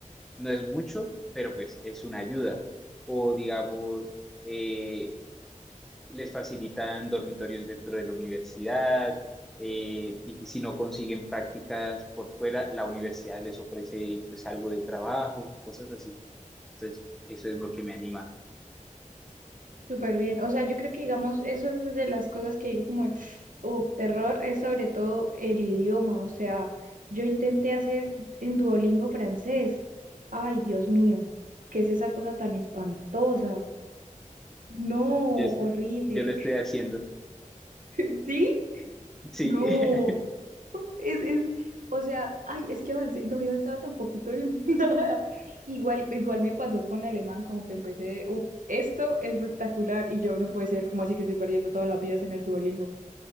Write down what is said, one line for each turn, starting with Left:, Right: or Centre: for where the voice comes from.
Centre: no es mucho, pero pues es una ayuda. O digamos, eh, les facilitan dormitorios dentro de la universidad, eh, di- si no consiguen prácticas por fuera, la universidad les ofrece pues algo de trabajo, cosas así. Entonces, eso es lo que me anima.
Right: Súper bien. O sea, yo creo que, digamos, eso es de las cosas que digo como, oh, terror es sobre todo el idioma. O sea, yo intenté hacer en Duolingo francés. Ay, Dios mío, ¿qué es esa cosa tan espantosa? No,
Centre: Yo, estoy-
Right: horrible.
Centre: yo lo estoy haciendo.
Right: <laughs> ¿Sí?
Centre: Sí.
Right: No.
Centre: <laughs>
Right: Es, es, o sea, ay, es que avancé, no había avanzado tan poquito en <laughs> nada. Igual, igual me pasó con alemán, como que empecé, uff, esto es espectacular. Y yo no puede ser, como así que estoy perdiendo todas las vidas en el Duolingo?